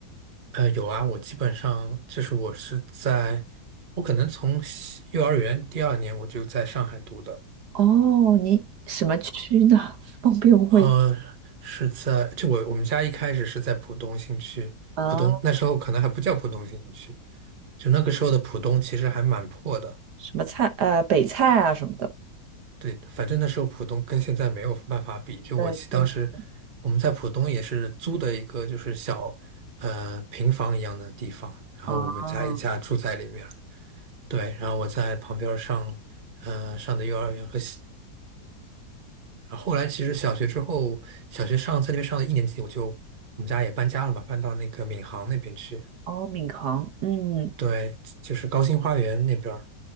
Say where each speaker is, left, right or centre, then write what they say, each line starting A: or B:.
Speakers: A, on the right (about 35°); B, on the right (about 70°).
A: 呃，有啊，我基本上就是我是在，我可能从西幼儿园第二年我就在上海读的，
B: 哦，你什么区呢？<laughs> 方便问
A: 呃，是在就我我们家一开始是在浦东新区，
B: 啊？
A: 浦东那时候可能还不叫浦东新区，就那个时候的浦东其实还蛮破的。
B: 什么菜？呃，北菜啊什么的。
A: 对，反正那时候浦东跟现在没有办法比。就我记当时
B: 对，确实。
A: 我们在浦东也是租的一个就是小呃平房一样的地方，然后我们家一家住在里面
B: 啊，
A: 对，然后我在旁边儿上呃上的幼儿园和小，然后后来其实小学之后，小学上在那边上了一年级，我就我们家也搬家了嘛，搬到那个闵行那边去。
B: 哦，闵行，嗯，
A: 对，就是高新花园那边儿